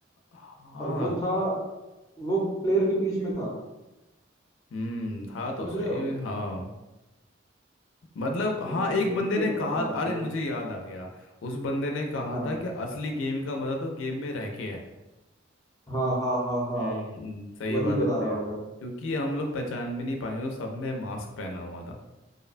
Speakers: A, on the left (about 80°); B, on the left (about 20°).
A: हाँ
B: और वो था वो प्लेयर के बीच में था
A: हम्म था तो
B: समझ
A: सही
B: रहे हो
A: हाँ मतलब हाँ
B: एक मिनट
A: एक
B: में देख
A: बंदे
B: के
A: ने कहा
B: बताता हूँ आपको
A: अरे मुझे याद आ गया उस बंदे ने कहा
B: हाँ
A: था कि असली गेम का मजा तो गेम में रह के है
B: हाँ हाँ हाँ हाँ
A: हम्म सही
B: वही
A: बात
B: बता
A: इतना
B: रहा हूँ
A: है
B: मैं
A: क्योंकि हम लोग पहचान भी नहीं पाए तो सबने मास्क पहना हुआ था